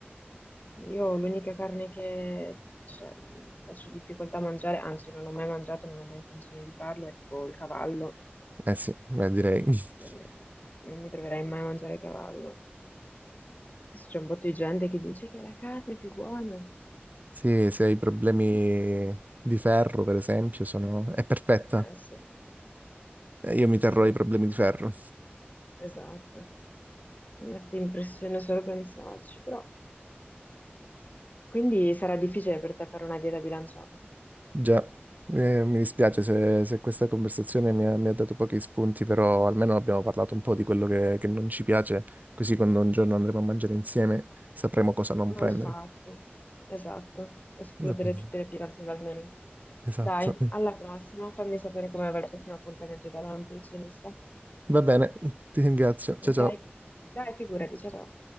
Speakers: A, on the left; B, on the right.
A: Io l'unica carne che cioè, faccio difficoltà a mangiare, anzi non ho mai mangiato, non ho mai intenzione di farlo, è tipo il cavallo.
B: Eh sì, beh, direi. <laughs>
A: non mi, non mi troverai mai a mangiare cavallo. Adesso c'è un botto di gente che dice che la carne è più buona.
B: Sì, se hai problemi di ferro, per esempio, sono... è perfetta.
A: Ah, sì,
B: Eh, Io mi terrò
A: sì,
B: i problemi di ferro.
A: esatto. Mi mette impressione solo pensarci, però. Quindi sarà difficile per te fare una dieta bilanciata.
B: Già, eh, mi dispiace se, se questa conversazione mi ha, mi ha dato pochi spunti, però almeno abbiamo parlato un po' di quello che, che non ci piace, così quando un giorno andremo a mangiare insieme sapremo cosa non
A: Ma
B: prendere.
A: infatti, esatto, escludere
B: <laughs>
A: tutte le pietanze dal menù.
B: Esatto.
A: Dai, alla prossima, fammi sapere come va il prossimo appuntamento dalla nutrizionista.
B: Va bene, ti ringrazio. Ciao
A: Ok?
B: ciao.
A: Dai, figurati, ciao ciao.